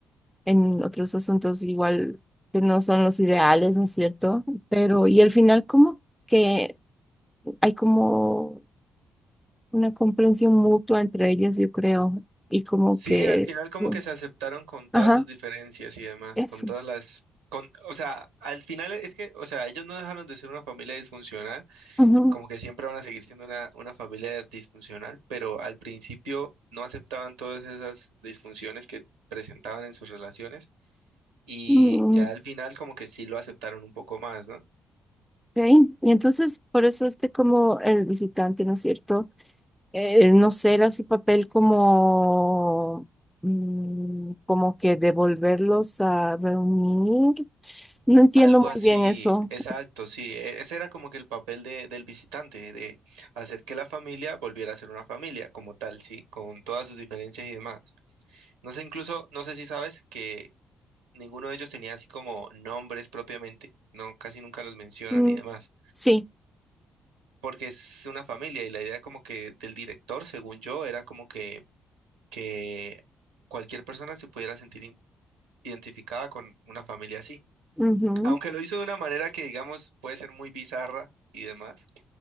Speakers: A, in the centre; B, on the right.
A: en otros asuntos igual que no son los ideales, ¿no es cierto? Pero, y al final como que hay como una comprensión mutua entre ellos, yo creo, y como
B: Sí,
A: que,
B: al final como
A: su-
B: que se aceptaron con todas
A: ajá,
B: sus diferencias y demás,
A: eso.
B: con todas las, con, o sea, al final es que, o sea, ellos no dejaron de ser una familia disfuncional,
A: ujú,
B: como que siempre van a seguir siendo una, una familia disfuncional, pero al principio no aceptaban todas esas disfunciones que presentaban en sus relaciones y
A: mm,
B: ya al final como que sí lo aceptaron un poco más, ¿no?
A: ok. Y entonces, por eso este como el visitante, ¿no es cierto? Eh, no será su papel como... mm, como que devolverlos a reunir. No entiendo
B: Algo
A: muy
B: así,
A: bien eso.
B: exacto, sí. e- Ese era como que el papel de, del visitante, de hacer que la familia volviera a ser una familia como tal, sí, con todas sus diferencias y demás. No sé, incluso, no sé si sabes que ninguno de ellos tenía así como nombres propiamente, no, casi nunca los mencionan
A: Mm,
B: y demás,
A: Sí,
B: porque es una familia y la idea como que del director, según yo, era como que, que cualquier persona se pudiera sentir in- identificada con una familia así.
A: ujú,
B: aunque lo hizo de una manera que, digamos, puede ser muy bizarra y demás,